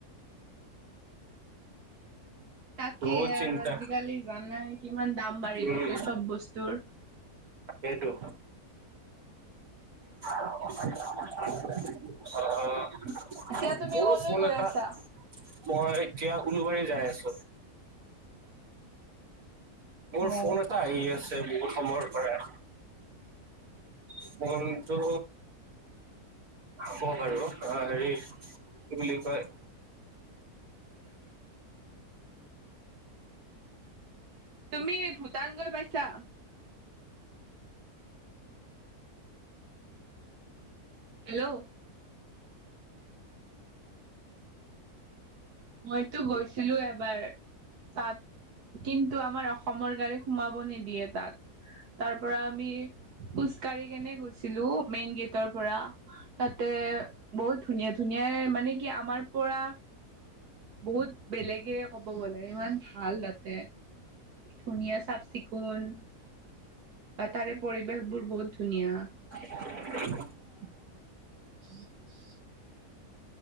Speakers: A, on the right (about 85°); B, on the right (about 70°).
A: <inaudible> তাকে
B: বহুত
A: আৰু
B: চিন্তা
A: আজিকালি জানাই কিমান দাম বাঢ়ি
B: উম
A: গৈছে চব বস্তুৰ। <inaudible>
B: সেইটো <unintelligible>
A: এতিয়া তুমি
B: মোৰো
A: কলৈ
B: ফোন
A: গৈ
B: এটা
A: আছা?
B: মই এতিয়া উলুবাৰী যাই আছো। মোৰ ফোন
A: অ',
B: এটা আহি আছে বহুত সময়ৰ পৰা ফোনতো। হ'ব বাৰু অ' হেৰি কি বুলি কয়। <unintelligible>
A: তুমি ভূটান গৈ পাইছা? হেল্ল'। মইতো গৈছিলো এবাৰ। তাত, কিন্তু আমাৰ অসমৰ গাড়ী সোমাব নিদিয়ে তাত। তাৰ পৰা আমি খোজকাঢ়ি কেনে গৈছিলো, মেইন গেটৰ পৰা। তাতে বহুত ধুনীয়া ধুনীয়া মানে কি আমাৰ পৰা। বহুত বেলেগে ক'ব গ'লে ইমান ভাল তাতে। ধুনীয়া চাফ চিকুণ। বা তাৰে পৰিৱেশবোৰ বহুত ধুনীয়া।
B: <unintelligible>
A: <unintelligible>